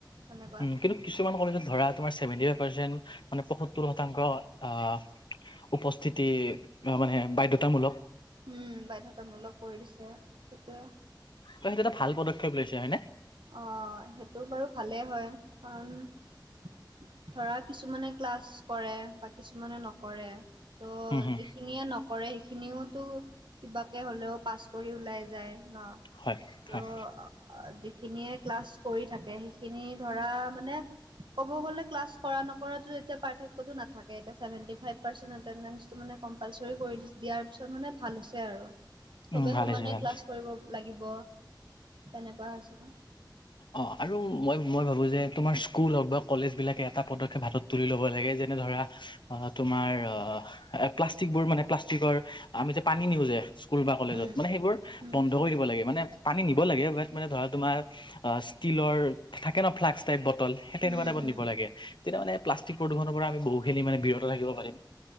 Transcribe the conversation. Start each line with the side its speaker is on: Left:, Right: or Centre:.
Right: তেনেকুৱা।
Left: উম, কিন্তু- কিছুমান কলেজত ধৰা তুমাৰ ছেভেন্টি ফাইভ পাৰ্চেন্ট মানে পয়সত্তৰ শতাংশ আহ- উপস্থিতি মানে বাধ্যতামূলক।
Right: উম বাধ্যতামূলক কৰি দিছে সেইটোয়ে।
Left: ত সেইটো এটা ভাল পদক্ষেপ লৈছে হয় নে।
Right: অঁ সেইটো বাৰু ভালেই হয় কাৰণ- ধৰা কিছুমানে ক্লাছ কৰে বা কিছুমানে নকৰে। ত'
Left: উম হম
Right: যিখিনিয়ে নকৰে সেইখিনিওতো কিবাকে হলেও- পাছ কৰি ওলাই যায় ন,
Left: হয়
Right: ত-
Left: হয়
Right: যিখিনিয়ে ক্লাছ কৰি থাকে সেইখিনি ধৰা মানে ক'ব গলে ক্লাছ কৰা নকৰাটো এতিয়া পাৰ্থকয় এতিয়খ ছেভেণ্টি ফাইভ- পাৰ্চেন এটেডেন্সটো মানে কম্পালচৰি কৰি দিয়াৰ- ছত মানে ভাল হৈছে আৰু চবে
Left: উম ভাল
Right: সমানে
Left: হৈছে ভাল
Right: ক্লাছ কৰিব লাগিব। তেনেকুৱা হৈছে।
Left: অঁ আৰু মই মই ভাবো যে তোমাৰ স্কুল হওক বা কলেজ বিলাকে এটা পদক্ষেপ হাতত- তুলি ল'ব লাগে যেনে ধৰা, অঁ তোমাৰ অঁ এ প্লাষ্টিক বোৰ মানে প্লাষ্টিকৰ আমি যে পানী নিওঁ যে- স্কুল বা কলেজত
Right: উম
Left: মানে সেইবোৰ
Right: উম
Left: বন্ধ কৰি দিব লাগে মানে পানী নিব লাগে বাত মানে ধৰা তোমাৰ- অ ষ্টীলৰ থাকে ন ফ্লাক্কচ টাইপ বটল সেই তেনেকুৱা
Right: উম
Left: টাইপত
Right: উম
Left: নিব লাগে। তেতিয়া মানে প্লাষ্টিক প্ৰদূষণৰ পৰা আমি বহুখিনি মান বিৰত থাকিব পাৰিম।